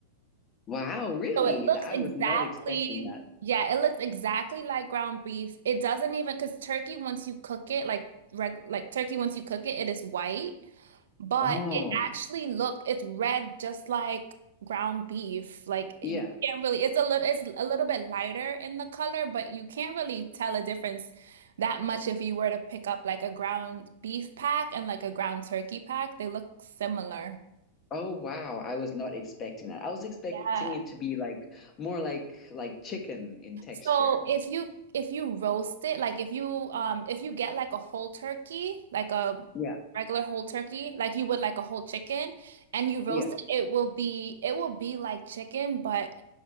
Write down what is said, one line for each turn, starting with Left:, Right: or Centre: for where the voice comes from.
Left: wow, really?
Right: So it looks
Left: Th- I
Right: exactly,
Left: was not expecting that.
Right: yeah, it looks exactly like ground beef. It doesn't even because turkey once you cook it, like reg like turkey once you cook it, it is white. But
Left: Oh,
Right: it actually looked, it's red just like ground beef. Like you
Left: yeah.
Right: can't really, it's a little, it's a little bit lighter in the color, but you can't really tell a difference that much if you were to pick up like a ground beef pack and like a ground turkey pack. They look similar.
Left: Oh wow, I was not expecting that. I was expecting
Right: Yeah.
Left: it to be like more like like chicken in texture.
Right: So if you if you roast it, like if you um if you get like a whole turkey, like a
Left: Yeah,
Right: regular whole turkey, like you would like a whole chicken, and you roast
Left: yeah.
Right: it, it will be it will be like chicken, but